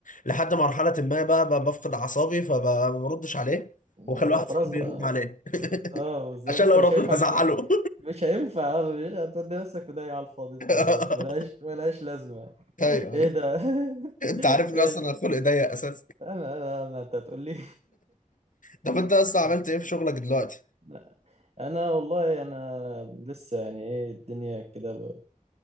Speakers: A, on the left; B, on the right.
A: لحد مرحله ما بقى, بقى بفقد اعصابي فما بردش عليه
B: ما
A: واخلي
B: هو
A: واحد
B: خلاص
A: صاحبي
B: بقى
A: يرد عليه <laughs>
B: اه بالظبط
A: عشان
B: انت
A: لو
B: مش
A: رديت
B: هينفع
A: هزعله
B: ت- مش هينفع <laughs> آه، مش هتودي نفسك في داهية على الفاضي
A: <laughs>
B: فملهاش ملهاش لازمة
A: ايوه
B: ايه
A: ايوه
B: ده <laughs>
A: انت عارف ان
B: ايه
A: اصلا
B: ده
A: الخلق ضيق اساسا
B: انا انا أنا- انت هتقول لي
A: طب انت اصلا عملت
B: <laughs>
A: ايه في شغلك دلوقتي؟
B: لا انا والله انا لسه يعني ايه الدنيا كده